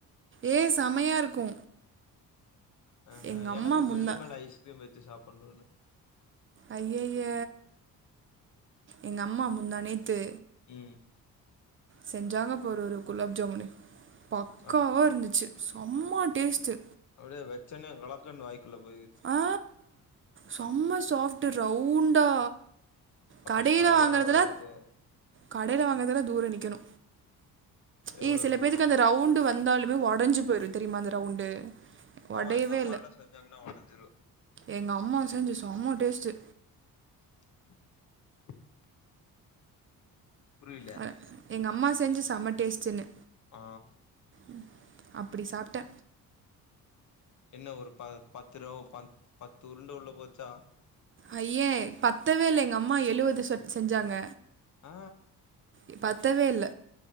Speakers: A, on the right; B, on the left.
A: ஏ செமையாக இருக்கு
B: ஆஹா
A: எங்க அம்மா
B: எனக்கு கிரில்லு
A: முந்தா
B: மேல ஐஸ்கிரீம் வச்சு சாப்பனுனு
A: ஐய்யய்ய எங்கம்மா முந்தானேத்து
B: ம்
A: செஞ்சாங்க பாரு ஒரு குலாப் ஜாமுனு பக்காவா
B: அப்
A: இருந்துச்சு சம்மா டேஸ்ட்டு
B: அப்படியே வெச்சனே கலக்கன்னு வாய் குள்ள போய்
A: ஆ செம்ம சாஃப்ட்டு ரவுண்டா
B: அப்றோ
A: கடையில
B: ஸ்கொயராவா
A: வாங்கறதுலா
B: இருக்கு
A: கடையில வாங்கதெல்லா தூர நிக்கணு
B: எவ்ளோ
A: ஏ சில
B: தூரோ
A: பேத்துக்கு அந்த ரவுண்ட்டு வந்தாலுமே வாட் அடைஞ்சு போயிரு தெரியமா அந்து ரவுண்டு உடையவே
B: ஆமா எங்கம்மால்லா செஞ்சாங்கன்னா ஒடைஞ்சிரு
A: எங்கம்மா செஞ்சு செம்ம டேஸ்ட்டு
B: <inaudible> புரில
A: அ எங்கம்மா செஞ்சு செம டேஸ்டுன்னு
B: ஆ
A: ம் அப்படி சாப்ட்டே
B: என்ன ஒரு ப பத்து ரூபா ப பத்து உருண்டு உள்ள போச்சா
A: அய்யே பத்தவே இல்ல எங்க அம்மா எழுவது சொட் செஞ்சாங்க
B: ஆ
A: எ பத்தவே இல்ல